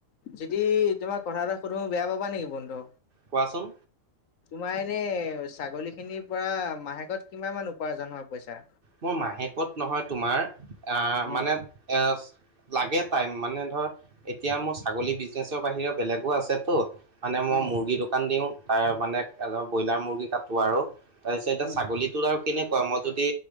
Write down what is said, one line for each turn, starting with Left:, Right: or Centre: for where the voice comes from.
Left: যদি তোমাক কথা এটা সুধো বেয়া পাবা নেকি বন্ধু?
Right: কোৱাচোন।
Left: তোমাৰ এনেই ছাগলী খিনিৰ পৰা মাহেকত কিমান মান উপাৰ্জন হয় পইচা।
Right: মোৰ মাহেকত নহয় তোমাৰ, আ,
Left: উম,
Right: মানে এ লাগে টাইম মানে ধৰ, এতিয়া মোৰ ছাগলী বিজনেচৰ বাহিৰে বেলেগো আছেতো। মানে মই
Left: উম,
Right: মুৰ্গী দোকান দিওঁ, তাৰ মানে এজন ব্ৰইলাৰ মুৰ্গী কাটো আৰু। তাৰপিছত এতিয়া
Left: উম।
Right: ছাগলীটোৰ আৰু কেনেকুৱা মই যদি